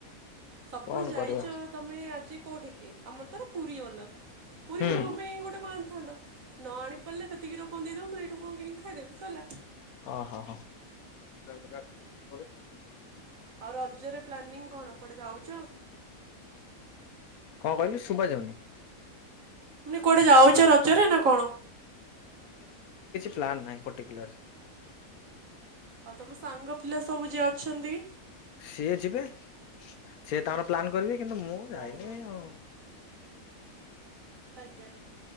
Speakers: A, on the right (about 65°); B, on the left (about 80°).
A: ସପୋଜ୍
B: କଣ
A: ଯାଇଚ
B: କରିବା
A: ତମେ ଆଜି କୋଉଠି କି ଆମର ଧର ପୁରୀ ଗଲ। ପୁରୀରୁ
B: ହୁଁ
A: ମୋ ପାଇଁ ଗୋଟେ କଁ ଆ ଥାନ୍ତ ନଆଣି ପାରଲେ ସେତିକିର କଣ ଦେଇଦବ ମୋରୋ ଏଇଠୁ କଣ କିଣିକି ଖାଇଦେବି ସଇଲା।
B: ଅହ ହଁ। <unintelligible>
A: ଆଉ ରଜରେ ପ୍ଲାନିଙ୍ଗ କଣ କୁଆଡେ ଯାଉଚ?
B: କଁ କହିଲୁ ଶୁଭା ଯାଉନି।
A: ମାନେ କୁଆଡ଼େ ଯାଉଚ ରଜରେ ନାଁ କଣ?
B: ପ୍ଲାନ ନାହିଁ ପର୍ଟିକୁଲାର।
A: ଆଉ ତମ ସାଙ୍ଗ ପିଲା ସବୁ ଯିଏ ଅଛନ୍ତି?
B: ସିଏ ଯିବେ ସିଏ ତାଙ୍କର ପ୍ଲାନ୍ କରିବେ। କିନ୍ତୁ ମୁଁ ଯାଇନି
A: ଓହୋ
B: ଆଉ।
A: ଆଜ୍ଞା।